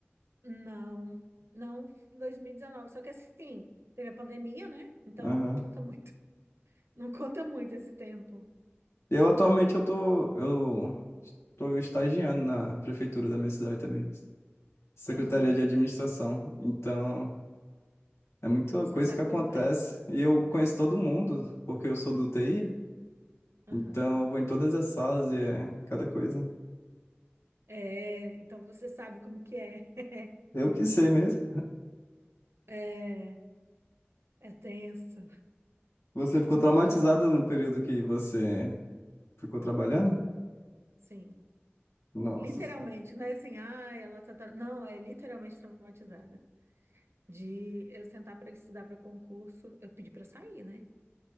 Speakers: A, on the right; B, on the left.
A: Não, não em 2019. Só que assim, teve a pandemia, né? Então
B: Aham.
A: não conta muito. <laughs> Não conta muito esse tempo.
B: Eu atualmente eu tô. Eu tô estagiando na prefeitura da minha cidade também. Secretaria
A: Aham.
B: de Administração. Então, é muita
A: Você
B: coisa
A: sabe
B: que acontece.
A: como é.
B: E eu conheço todo mundo, porque eu sou do TI.
A: Aham.
B: Então, eu vou em todas as salas e é cada coisa.
A: É, então você sabe como que é. <laughs>
B: Eu que sei mesmo.
A: É, é tenso.
B: Você ficou traumatizado no período que você ficou trabalhando?
A: Sim.
B: Nossa.
A: Literalmente, não é assim, ah, ela tá. tra-" Não, é literalmente traumatizada. De eu sentar para estudar para concurso, eu pedi para sair, né?